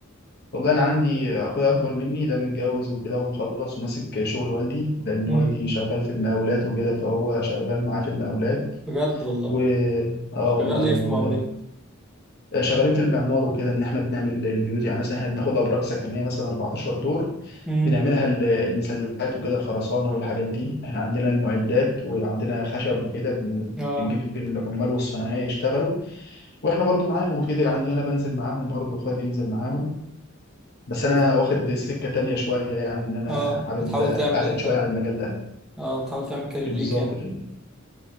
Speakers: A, on the left (about 50°); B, in the centre.
A: والله انا عندي اخويا اكبر مني ده متجوز وكده ومخلص وماسك شغل والدي لان
B: امم
A: والدي شغال في المقاولات وكده فهو شغال معاه في المقاولات
B: بجد والله
A: و اه
B: شغال
A: والله
B: ايه
A: و...
B: في المقاولات
A: شغالين في المعمار وكده ان احنا بنعمل البيوت يعني مثلا احنا بناخد ابراج سكنيه مثلا 14 دور
B: امم
A: بنعملها ال- المسلات وكده الخرسانه والحاجات دي احنا عندنا المعدات وعندنا خشب وكده بن...
B: اه
A: بنجيب العمال والصنايعيه يشتغلوا واحنا برضو معاهم وكده يعني انا بنزل معاهم برضو اخويا ينزل معاهم بس انا
B: أوف.
A: واخد سكه تانية شويه يعني ان انا
B: اه
A: حابب
B: بتحاول
A: ابعد
B: تعمل انت
A: شويه عن المجال ده
B: اه بتحاول تعمل كارير
A: بالظبط
B: ليك يعني
A: كده